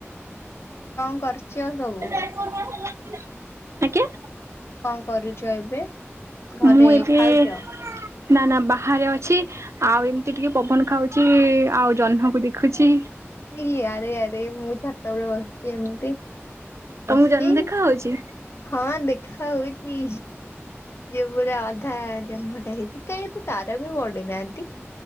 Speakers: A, on the left; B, on the right.
A: କଁ କରୁଚ ଆଉ ସବୁ?
B: ଆଜ୍ଞା।
A: କଣ କରୁଚ ଏବେ ଘରେ
B: ମୁଁ ଏବେ
A: ଖାଉଚ?
B: ନା ନା ବାହାରେ ଅଛି ଆଉ ଏମିତି ଟିକେ ପବନ ଖାଉଚି ଆଉ ଜହ୍ନକୁ ଦେଖୁଚି।
A: ଇ ଆରେ ଆରେ ମୁଁ ଛାତ ଉପରେ ବସିଚି ଏମିତି। ବସ୍‌ଚି
B: ତମକୁ ଜହ୍ନ ଦେଖା ହଉଛି
A: ହଁ ଦେଖା ହଉଚି। ଯେଉ ପୁରା ଅଧା ଜହ୍ମଟା ହେଇଚି କାଇଁ ଏତେ ତାର ବି ପଡିନାଆନ୍ତି।